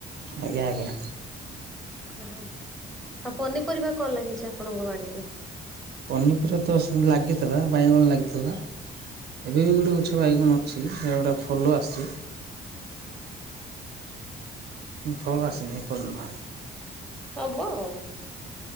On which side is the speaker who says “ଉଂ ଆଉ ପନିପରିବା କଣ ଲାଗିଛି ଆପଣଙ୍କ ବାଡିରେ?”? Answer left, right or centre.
Centre